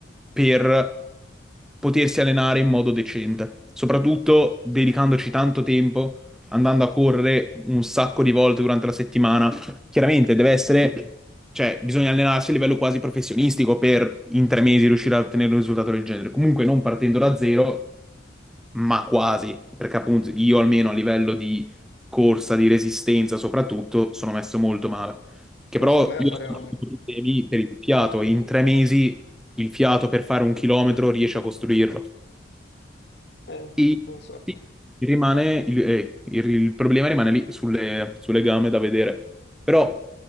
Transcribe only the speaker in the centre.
per potersi allenare in modo decente, soprattutto dedicandoci tanto tempo, andando a correre un sacco di volte durante la settimana. Chiaramente deve essere, cioè bisogna allenarsi a livello quasi professionistico per in tre mesi riuscire a ottenere un risultato del genere, comunque non partendo da zero ma quasi, perché appunto io almeno a livello di corsa, di resistenza soprattutto, sono messo molto male. Che
però
io
sono
problemi per il fiato e in tre mesi il fiato per fare un chilometro riesce a costruirlo.
E
sì, rimane il, eh, il- il problema rimane lì sulle, sulle gambe da vedere. Però